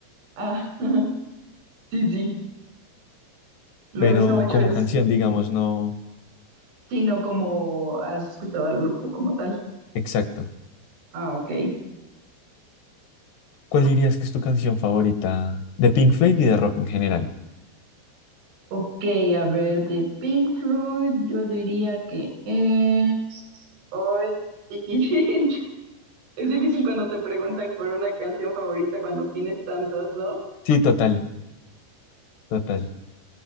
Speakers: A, on the right; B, on the left.
A: Ah, <laughs> sí, sí, me
B: pero
A: gusta mucho
B: como
A: eso.
B: canción, digamos, no.
A: Sí, no como has escuchado al grupo como tal.
B: Exacto.
A: Ah, ok.
B: ¿Cuál dirías que es tu canción favorita de Pink Floyd y de rock en general?
A: Ok, a ver, de Pink Floyd, yo diría que es. Oh, es difícil. <laughs> Es difícil cuando te preguntan por una canción favorita cuando tienes tantas, ¿no?
B: Sí, total, total.